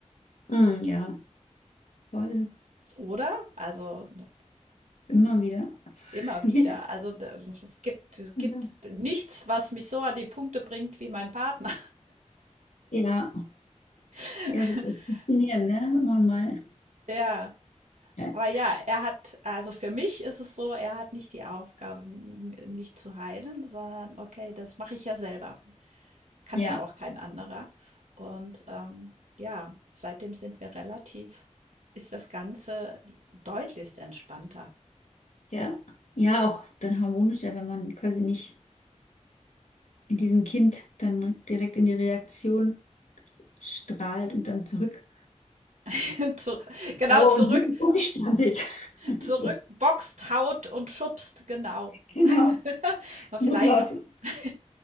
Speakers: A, on the left; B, on the right.
A: hm, ja, voll,
B: oder? Also, n-
A: immer wieder.
B: immer
A: <laughs>
B: wieder. Also, da- es gibt, es
A: Genau.
B: gibt nichts, was mich so an die Punkte bringt wie mein Partner.
A: Ja.
B: <laughs>
A: Ja, es ist echt faszinierend, ne? Wenn man mal.
B: Ja.
A: Ja,
B: Aber ja, er hat, also für mich ist es so, er hat nicht die Aufgabe, m- mich zu heilen, sondern okay, das mache ich ja selber. Kann
A: ja,
B: ja auch kein anderer. Und ähm, ja, seitdem sind wir relativ, ist das Ganze deutlichst entspannter.
A: ja. Ja, auch dann harmonischer, wenn man quasi nicht in diesem Kind dann direkt in die Reaktion strahlt und dann zurückboxt.
B: <laughs> Zu, genau,
A: Dauer
B: zurück,
A: und wütend um sich strampelt. <laughs>
B: zurück,
A: So,
B: boxt, haut und schubst, genau.
A: genau.
B: <laughs> Und
A: Notlaute.
B: vielleicht noch, <laughs>